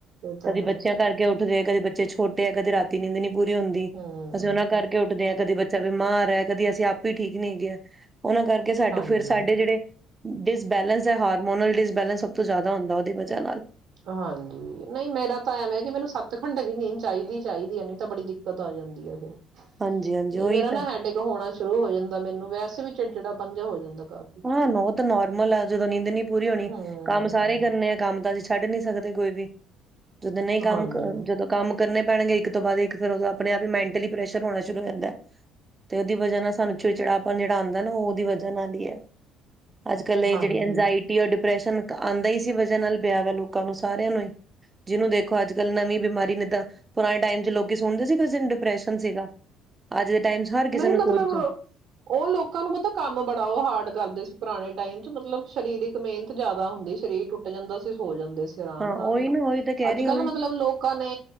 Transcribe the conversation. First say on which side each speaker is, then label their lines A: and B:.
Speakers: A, on the right; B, on the right.
A: ਇਹ ਤਾਂ ਹੈ
B: ਬੱਚਿਆਂ ਕਰਕੇ ਗਏ ਕਦੇ ਬ ਚੇ ਛੋਟੇ ਆ ਕਦੇ ਰਾਤੀ ਨੀਂਦ ਨੀ ਪੂਰੀ ਹੁੰਦੀ।
A: ਹਮ
B: ਅਸੀਂ ਉਹਨਾਂ ਕਰਕੇ ਉੱਠਦੇ ਹਾਂ ਕਦੇ ਬੱਚ ਚਾ ਬਿਮਾਰ ਐ ਕਦੀ ਅਸੀਂ ਆਪੇ ਠੀਕ ਨਈ ਹੈਗੇ ਆ। ਉਹਨਾਂ ਕਰਕੇ ਸਾਡੇ
A: ਹਾਂਜੀ
B: ਫੇਰ ਸਾਡੇ ਜਿਹੜੇ ਉ ਡਿਸਬੈਲੈਂਸ ਏ, ਹਾਰਮੋਨਲ ਡਿਸਬੈਲੈਂਸ ਸਭ ਤੋਂ ਜ਼ਿਆਦਾ ਹੁੰਦਾ ਉਹਦੀ ਵਜ੍ਹਾ ਨਾਲ।
A: ਹਾਂਜੀ, ਨਈ ਮੇਰਾ ਤਾਂ ਐਮ ਐ ਕਿ ਮੈਨੂੰ ਸੱਤ ਘੰਟੇ ਦੀ ਨੀਂਦ ਚਾਹੀਦੀ ਚਾਹੀਦੀ ਏ ਨਈ ਤਾਂ ਬੜੀ ਦਿੱਕਤ ਆ ਜਾਂਦੀ ਏ ਫੇਰ।
B: ਹਾਂਜੀ ਹਾਂਜੀ
A: ਨਹੀਂ
B: ਉਹੀ
A: ਮੇਰਾ
B: ਤਾਂ
A: ਨਾ ਹੈਡਕ ਹੋਣਾ ਸ਼ੁਰੂ ਹੋ ਜਾਂਦਾ ਮੈਨੂੰ ਵੈਸੇ ਵੀ ਚਿੱੜਚਿੜਾ ਪਨ ਜਿਹਾ ਹੋ ਜਾਂਦਾ। ਕਾਫੀ
B: ਹਾਂ, ਉਹ ਤਾਂ ਨੋਰਮਲ ਆ ਜਦੋਂ ਨੀਂਦ ਨੀ ਪੂਰੀ ਹੋਣੀ
A: ਹਮ
B: ਕੰਮ ਸਾਰੇ ਹੀ ਕਰਨੇ ਆ ਕੰਮ ਤਾਂ ਛ ਛੱਡ ਨੀ ਸਕਦੇ ਕੋਈ ਵੀ। ਜਦੋਂ ਨਹੀਂ ਕੰਮ
A: ਹਾਂਜੀ
B: ਕ ਜਦੋਂ ਕੰਮ ਕਰਨੇ ਪੈਣਗੇ ਇੱਕ ਤੋਂ ਬਾਅਦ ਇੱਕ ਫਿਰ ਤਾ ਉਹ ਆਪਣੇ ਆਪ ਹੀ ਮੈਂਟਲੀ ਪ੍ਰੈਸ਼ਰ ਹੋਣਾ ਸ਼ੁਰੂ ਕਰ ਜਾਂਦਾਏ। ਤੇ ਉਹਦੀ ਵਜ੍ਹਾ ਨਾਲ ਸਾਨੂੰ ਚਿੜਚੜਾਪਣ ਜਿਹੜਾ ਆਂਦਾ ਨਾ ਉਹ ਉਹਦੀ ਵਜ੍ਹਾ ਨਾਲ ਈ ਏ। ਅੱਜ ਕੱਲ ਇਹ
A: ਹਾਂਜੀ
B: ਜਿਹੜੀ ਇੰਝਾਇਟੀ ਔਰ ਡਿਪਰੈਸ਼ਨ ਤਾ ਆਂਦਾ ਈ ਸੀ ਵਜ੍ਹਾ ਨਾਲ ਪਿਆ ਵ ਲੋਕਾਂ ਨੂੰ ਸਾਰਿਆਂ ਨੂੰ ਈ ਜਿਹਨੂੰ ਦੇਖੋ ਅੱਜ ਕੱਲ੍ਹ ਨਵੀਂ ਬਿਮਾਰੀ ਨਿੱਦਾਂ। ਪੁਰਾਣੇ ਟਾਈਮ ਚ ਲੋਕ ਸੁਨਦੇ ਸੀ ਕਿਸ ਨੂੰ ਡਿਪਰੈਸ਼ਨ ਸੀਗਾ। ਅੱਜ ਦੇ ਟਾਈਮ 'ਚ ਹਰ ਕਿਸੇ
A: ਨਈ
B: ਨੂੰ
A: ਮਤਲਬ
B: ਸੋਚ
A: ਉਹ ਲੋਕਾਂ ਨੂੰ ਪਤਾ ਕੰਮ ਬੜਾ ਉਹ ਹਾਰਡ ਕਰਦਾ ਪੁਰਾਣੇ ਟਾਈਮ ਚ ਮਤਲਬ ਸਰੀਰਕ ਮਿਹਨਤ ਜ਼ਿਆਦਾ ਹੁੰਦੀ ਸਰੀਰ ਟੁੱਟ ਜਾਂਦਾ ਸੀ ਸੋ ਜਾਂਦੇ ਸੀ ਆਰਾਮ
B: ਹਾਂ ਉਹੀ
A: ਨਾਲ ਹਨਾ।
B: ਨਾ ਉਹੀ ਤਾਂ ਕਹਿ
A: ਅੱਜ
B: ਰਹੀ
A: ਕੱਲ
B: ਉਹੀ
A: ਮਤਲਬ ਲੋਕਾਂ ਨੇ